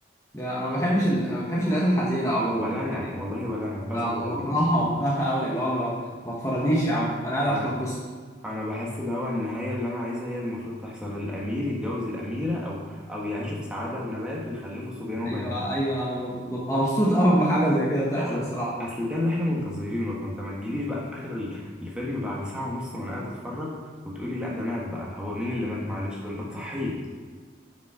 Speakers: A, on the left (about 15°); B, in the centre.
A: لا انا ما بحبش ال... أنا ما بحبش النهايات الحزينة عموما
B: ولا انا
A: يعني
B: والله ولا انا بزعل
A: أنا ب-
B: قوي
A: بكرهها بكرهها قوي اللي هو انا ما ما تفرجنيش يا عم انا قاعد عشان
B: انا
A: اتبسط
B: أنا بحس اللي هو النهايه اللي انا عايزها هي اللي المفروض تحصل الامير يتجوز الاميره او او يعيشوا في سعاده ونبات ويخلفوا صبيان وبنات
A: ايوه ايوه انا ب- ببقى مبسوط قوي لما حاجة زي كده تحصل
B: ح-
A: صراحة
B: اصل ده اللي احنا منتظرينه فانت ما تجيليش بقى في اخر ال- الفيلم بعد ساعه ونص ما انا قاعد اتفرج وتقولي لا ده مات بقى هو مين اللي مات معلش ده انت تصحيه